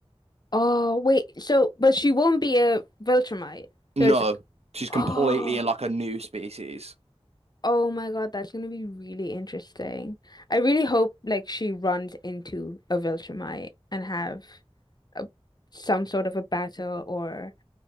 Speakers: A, on the left; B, on the right.
A: Oh, wait. So, but she won't be a Viltrumite.
B: No,
A: So it's like,
B: she's completely
A: oh,
B: in like a new species.
A: oh my God, that's gonna be really interesting. I really hope like she runs into a Viltrumite and have a, some sort of a battle or.